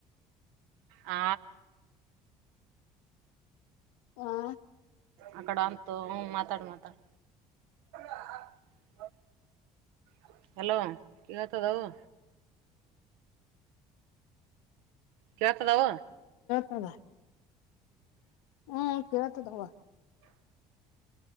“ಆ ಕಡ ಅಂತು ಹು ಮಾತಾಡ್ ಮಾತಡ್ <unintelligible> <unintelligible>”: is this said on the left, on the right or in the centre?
Right